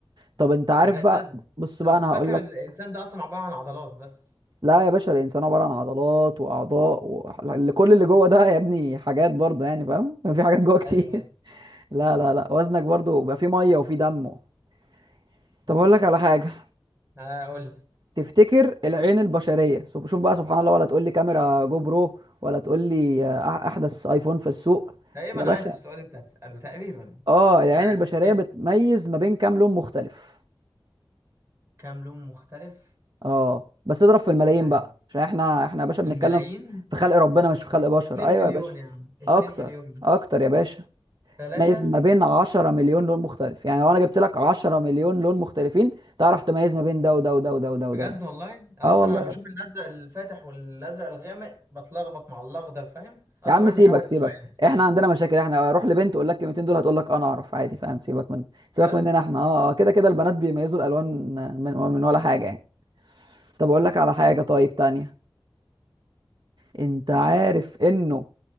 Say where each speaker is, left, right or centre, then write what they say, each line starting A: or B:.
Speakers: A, on the right; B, on the right.
A: طب انت عارف
B: بجد
A: بقى بص
B: ده
A: بقى
B: انا كنت
A: انا
B: فاكر
A: هقول لك
B: ان الانسان ده اصلا عباره عن عضلات بس
A: لا يا باشا الانسان عباره عن عضلات واعضاء و... اللي- كل اللي جوه ده يا ابني حاجات برضه يعني فاهم <laughs> في حاجات جوه كتير
B: ايوه ايوه
A: <laughs> لا لا لا وزنك برضه بيبقى فيه ميه وفيه دم <laughs> طب اقول لك على حاجه
B: آه قول لي
A: تفتكر العين البشريه شوف شوف بقى سبحان الله ولا تقول لي كاميرا جو برو ولا تقول لي آه، احدث ايفون في السوق
B: تقريبا
A: يا باشا
B: عارف السؤال اللي انت هتساله تقريبا
A: اه العين البشريه
B: اسأل.
A: بتميز ما بين كام لون مختلف
B: كام لون مختلف
A: اه بس اضرب في الملايين
B: مش عارف
A: بقى عشان احنا احنا يا باشا بنتكلم
B: الملايين
A: في خلق ربنا مش في خلق بشر
B: 2
A: ايوه
B: مليون
A: يا باشا
B: يا عم 2
A: اكتر
B: مليون بس.
A: اكتر يا باشا
B: ثلاثة
A: تميز ما بين 10 مليون لون مختلف يعني لو انا جبت لك 10 مليون لون مختلفين تعرف تميز ما بين ده وده وده وده وده
B: بجد
A: وده
B: والله اصلا
A: اه والله
B: انا
A: يا,
B: بشوف
A: ابني.
B: الازرق الفاتح والازرق الغامق بتلخبط مع الاخضر فاهم اصلا
A: يا عم
B: عندي
A: سيبك
B: حوالي
A: سيبك
B: الوان
A: احنا عندنا مشاكل احنا اروح لبنت اقول لك الكلمتين دول هتقول لك انا اعرف عادي فاهم سيبك من سيبك
B: بجد
A: مننا احنا اه آه، كده كده البنات بيميزوا الالوان من من ولا حاجه يعني طب اقول لك على حاجه طيب تانية انت عارف انه